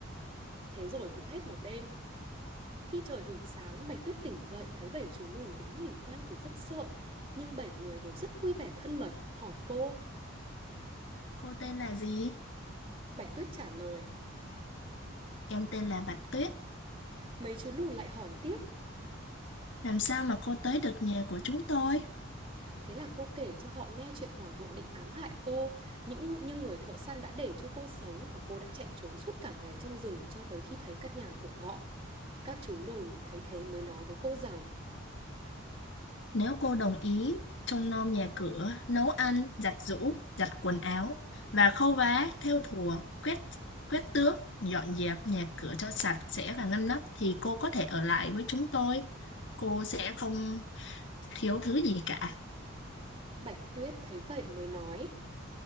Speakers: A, on the right; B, on the left.
A: Thế rồi cũng hết một đêm. Khi trời hửng sáng, Bạch Tuyết tỉnh dậy thấy bảy chú lùn đứng nhìn quanh thì rất sợ. Nhưng bảy người đều rất vui vẻ thân mật, hỏi cô.
B: Cô tên là gì?
A: Bạch Tuyết trả lời.
B: Em tên là Bạch Tuyết.
A: Mấy chú lùn lại hỏi tiếp,
B: Làm sao mà cô tới được nhà của chúng tôi?
A: Thế là cô kể cho họ nghe chuyện hoàng hậu định ám hại cô, những nhưng người thợ săn đã để cho cô sống và cô đã chạy trốn suốt cả ngày trong rừng cho tới khi thấy căn nhà của họ. Các chú lùn thấy thế mới nói với cô rằng,
B: Nếu cô đồng ý, trông nom nhà cửa, nấu ăn, giặt giũ, giặt quần áo và khâu vá, thêu thùa, quét quét tước, dọn dẹp nhà cửa cho sạch sẽ và ngăn nắp thì cô có thể ở lại với chúng tôi. Cô sẽ không thiếu thứ gì cả.
A: Bạch Tuyết thấy vậy mới nói.